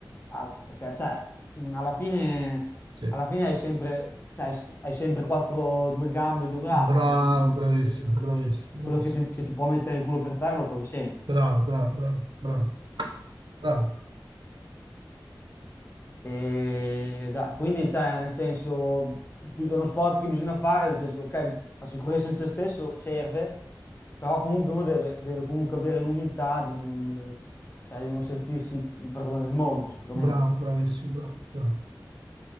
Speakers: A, on the left; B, on the right.
A: Ah, perché, cioè, mh, alla fine,
B: sì.
A: alla fine hai sempre, cioè, hai hai sempre quattro, due gambe e due braccia,
B: Bravo,
A: cioè, quindi
B: bravissimo,
A: quello che ti,
B: bravissimo,
A: quello
B: bravissimo.
A: che ti- che ti può mettere il culo per terra lo trovi sempre.
B: Bravo, bravo, bravo, bravo, bravo,
A: E da- quindi, cioè, nel senso, bis- è uno sport che bisogna fare, nel senso, ok, la sicurezza in se stesso serve, però comunque uno deve, deve comunque avere l'umiltà di non, eh, cioè, di non sentirsi il padrone del mondo, sicuramente.
B: bravo, bravissimo, bravo, bravo,